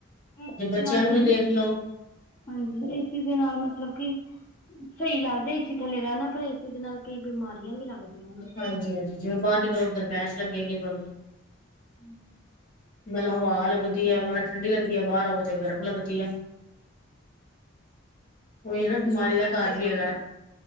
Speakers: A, on the left; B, on the left.
A: ਏਸੀ
B: ਜੇ
A: ਦੇ
B: ਬੱਚਿਆਂ
A: ਨਾਲ
B: ਨੂੰ
A: ਕਈ
B: ਵੀ ਦੇਖ ਲੋ।
A: ਹਾਂਜੀ ਇਸੀ ਦੇ ਨਾਲ ਮਤਲਬ ਕਿ ਸਹੀ ਲੱਗਦਾ ਏਸੀ ਥੱਲੇ ਰਹਿਣਾ ਪਰ ਏਸੀ ਦੇ ਨਾਲ ਕਈ ਬਿਮਾਰੀਆਂ ਵੀ ਲੱਗਦੀਆਂ। ਨੇ
B: ਹਾਂਜੀ-ਹਾਂਜੀ, ਜਿਵੇਂ ਬਾਹਰ ਨਿਕਲੋ ਗਰਮੈਸ਼ ਲੱਗੇਗੀ ਤੁਹਾਨੂੰ।
A: ਹੂੰ।
B: ਮਤਲਬ ਹਵਾ ਲੱਗਦੀ ਐ, ਮਤਲਬ ਠੰਡੀ ਲੱਗਦੀ ਐ ਬਾਹਰ ਆ ਤੇ ਗਰਮ ਲੱਗਦੀ ਐ। ਓਹੀ ਆ ਹਨਾ ਬਿਮਾਰੀ ਦਾ ਘਰ ਵੀ ਹੈਗਾ।